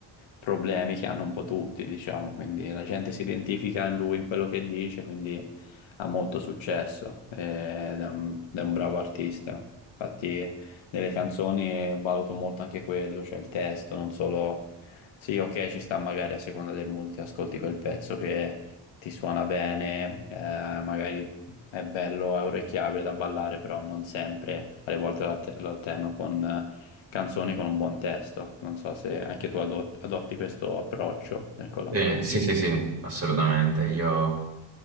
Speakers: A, on the left; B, on the right.
A: problemi che hanno un po' tutti, diciamo, quindi la gente si identifica in lui, in quello che dice, quindi ha molto successo eh, ed è un, ed è un bravo artista. Infatti nelle canzoni valuto molto anche quello, cioè il testo, non solo... Sì, ok, ci sta magari a seconda del mood, ti ascolti quel pezzo che ti suona bene, eh, magari è bello, è orecchiabile da ballare, però non sempre, alle volte lo att- lo alterno con canzoni con un buon testo. Non so se anche tu adot- adotti questo approccio eh, con la musica.
B: Sì, sì, sì, sì, assolutamente. Io